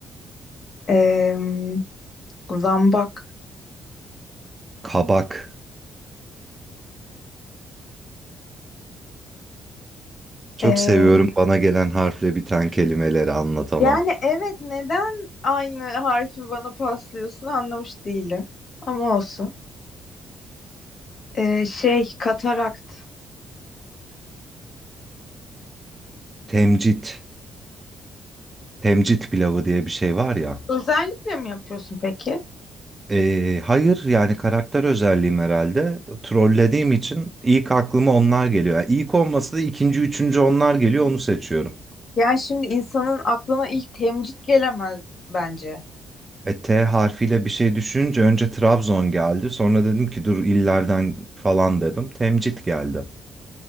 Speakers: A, on the left; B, on the right.
A: em, zambak.
B: Kabak. Çok
A: Eee,
B: seviyorum bana gelen harfle biten kelimeleri anlatamam.
A: yani evet neden aynı harfi bana paslıyorsun anlamış değilim. Ama olsun. Eee, şey katarakt.
B: Temcit. Temcit pilavı diye bir şey var ya.
A: Özellikle mi yapıyorsun peki?
B: Ee, hayır yani karakter özelliğim herhalde. Trollediğim için ilk aklıma onlar geliyor. Yani ilk olmasa da ikinci, üçüncü onlar geliyor onu seçiyorum.
A: Yani şimdi insanın aklına ilk temcit gelemez bence.
B: E, T harfiyle bir şey düşünce önce Trabzon geldi. Sonra dedim ki dur illerden falan dedim. Temcit geldi.